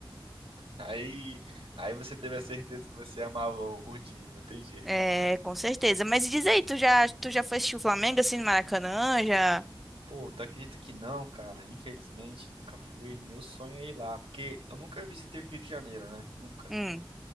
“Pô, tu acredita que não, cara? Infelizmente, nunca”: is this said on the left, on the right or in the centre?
Right